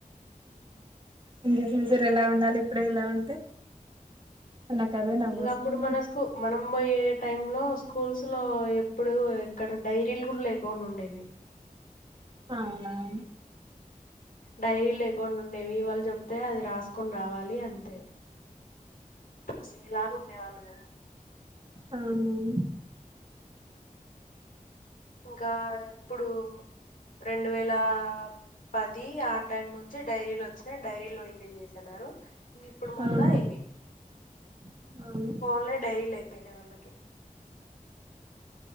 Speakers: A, on the right; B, on the left.
A: ఇంకా ఫ్యూచర్ ఎలా ఉండాలి ఇప్పుడే ఇలా ఉంటే నాకు అదే నవ్వు
B: ఇగా
A: వస్తుంది
B: అప్పుడు మన కు మనం బోయే టై లో స్కూల్స్ లో ఎప్పుడు ఎక్కడ డైరీలు కూడా లేకుకుండా ఉండేవి
A: అవునవును
B: డైరీ లేకుండా ఉండేవి వాళ్లు చెప్తే అది రాస్కొని రావాలి అంతే అసేలాగ ఉండేవాళ్ళు గదా
A: అవునవును
B: ఇంకా ఎప్పుడూ రెండు వేలా పది ఆ టైం నుంచి డైరీలోచ్చినై డైరీలు మెయింటైన్ చే తన్నారు నీప్పుడు మళ్ళా
A: అవును
B: ఇవి
A: అవును
B: ఫోన్లే డైరీలైపోయినై వాళ్లకి